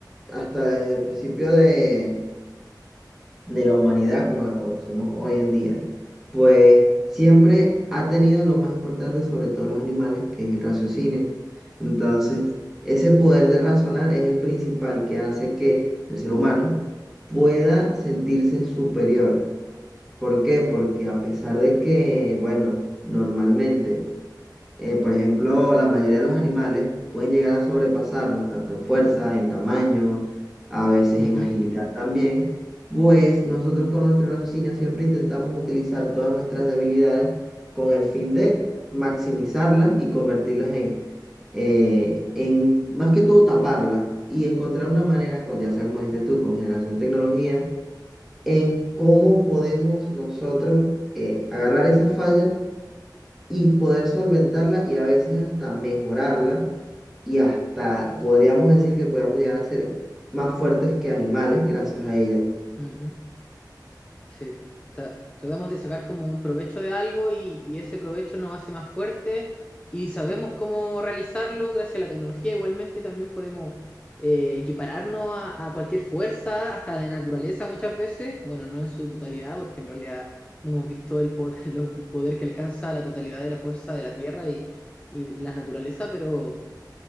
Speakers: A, in the centre; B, on the left.
A: hasta desde el principio de, de la humanidad como la conocemos hoy en día, pues siempre ha tenido lo más importante sobre todos los animales, que es el raciocinio. Entonces, ese poder de razonar es el principal que hace que el ser humano pueda sentirse superior. ¿Por qué? Porque a pesar de que, bueno, normalmente, eh, por ejemplo, la mayoría de los animales pueden llegar a sobrepasarnos, tanto en fuerza, en tamaño, a veces
B: Ujú,
A: en agilidad también, pues nosotros con nuestro raciocinio siempre intentamos utilizar todas nuestras debilidades con el fin de maximizarlas y convertirlas en, eh, en más que todo taparlas y encontrar una manera, con, ya sea como dijiste tú, con generación de tecnología en cómo podemos nosotros eh, agarrar esa falla y poder solventarla y a veces hasta mejorarla y hasta podríamos decir que podemos llegar a ser más fuertes que animales gracias a ella.
B: ujú. Sí. tra- Tratamos de sacar como un provecho de algo y, y ese provecho nos hace más fuerte y sabemos cómo realizarlo gracias a la tecnología. Igualmente también podemos eh, equipararnos a, a cualquier fuerza, hasta de naturaleza muchas veces. Bueno, no en su totalidad, porque en realidad no hemos visto el poder, <laughs> lo- el poder que alcanza la totalidad de la fuerza de la Tierra y, y la naturaleza, pero